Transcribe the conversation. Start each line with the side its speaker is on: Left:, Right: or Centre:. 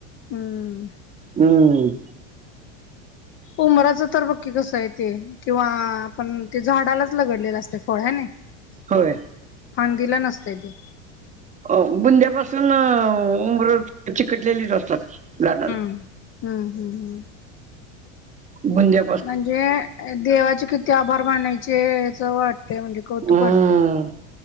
Left: हम्म
Right: हम्म
Left: उमराच तर बघकी कस आहे ते किंवा पण ते झाडालाच लगडलेलं असते फळ आहेने
Right: होय
Left: फांदीला नसते ते
Right: अ बुंद्यापासून उबर चिकटलेलीच असतात झाडाला
Left: हम् हम्म हम्
Right: म्हणजे
Left: म्हणजे देवाचे किती ते आभार मानायचे अस वाटते म्हणजे कौतुक
Right: हम्म
Left: वाटते